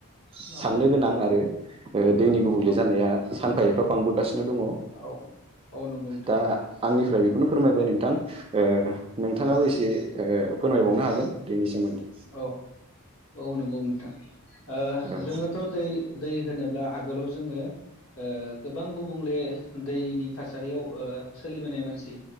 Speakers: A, on the right; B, on the left.
A: साननो
B: औ
A: गोनां आरो ओ दैनि गुबुंले
B: औ
A: जानाया सानफा एफा बांबोगासि दङ ओ
B: औ औ नंगौ नोंथां
A: दा आंनिफ्राय बेखौनो फोरमायबाय नोंथां। ओ नोंथाङाबो
B: औ
A: एसे ओ फोरमायबावनो हागोन बेनि सोमोन्दै।
B: औ, औ नंगौ नोंथां ओ
A: औ
B: जोङोथ' दै दै होनोब्ला आगोलाव जोङो ओ गोबां गुबुंले दैनि थासारियाव ओ सोलिबोनाय मानसि